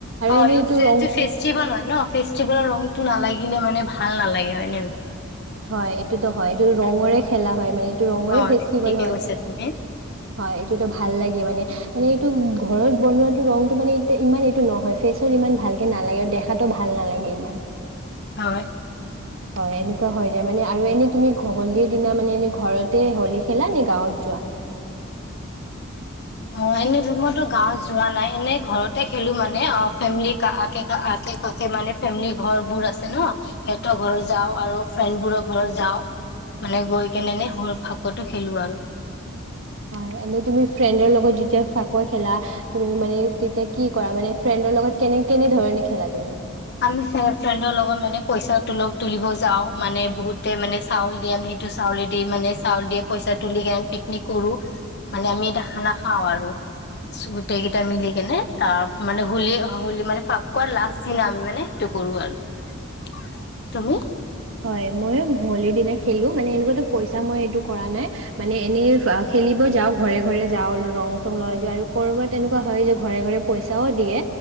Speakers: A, on the left; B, on the right.
A: হয়
B: এনেই
A: সিহঁতে
B: এইটো
A: যদি
B: ৰংটো
A: ফেষ্টিভেল হয় ন ফেষ্টিভেলৰ ৰংটো নালাগে। দেখিলে মানে ভাল নালাগে হয় নে?
B: হয় এইটোতো হয়। টো ৰঙৰে খেলা হয় মানে। ৰঙৰে
A: নহয়?
B: ফেষ্টিভেল
A: হয় ঠিকে
B: হয়
A: কৈছা
B: -হয়
A: তুমি
B: এইটোতো ভাল লাগে মানে। মানে এইটো ঘৰত বনোৱাটো ৰংতটো মানে এই ইমান এইটো নহয়। ফেচত ইমান ভালকে নালাগে আৰু দেখাতো ভাল নালাগে ইমান।
A: হয়।
B: হয় এনেকুৱা হয় যে মানে। আৰু এনে তুমি হলীৰ দিনা মানে এনে ঘৰতে হলী খেলা নে গাঁৱত যোৱা।
A: অ এনে গাঁৱত যোৱা নাই। এনে ঘৰতে খেলো মানে অ ফেমিলি আষে কাষে মানে ফেমিলি ঘৰবোৰ আছে ন' সিহঁতৰ ঘৰত যাওঁ আৰু ফ্ৰেণ্ডবোৰৰ ঘৰত যাও মানে গৈ কেনে এনে সুৰ ফাকুৱাতো খেলো আৰু।
B: হয় এনে তুমি ফ্ৰেণ্ডৰ লগত যেতিয়া ফাকুৱা। ফাকুৱা খেলা তুমি মানে? তেতিয়া কি কৰা মানে ফ্ৰেণ্ডৰ লগত কেনে- কেনে ধৰণে খেলা তুমি?
A: আমি ফ্ৰেণ্ডৰ লগত মানে পইচা তুলিব যাওঁ মানে বহুতে মানে চাউল দিয়ে আমি সেইটো চাউলে দি মানে চাউল দিয়ে পইচা তুলি পিকনিক কৰো মানে আমি এটা খানা খাওঁ আৰু। গোটেইকেইটা মিলিকেনে। তাৰ মানে হোলী, হোলী মান ফাকুৱাৰ লাষ্ট দিনা আমি মানে। টো কৰো আৰু তুমি?
B: হয় ময়ো হোলীৰ দিনা খেলো মানে এনেকুৱাতো পইচা মই এইটো কৰা নাই মানে এনেই খেলিব যাওঁ ঘৰে ঘৰে যাওঁ ৰং চং লগাই দিওঁ আৰু ক'ৰবাত এনেকুৱা হয় যে ঘৰে ঘৰে পইচাও দিয়ে।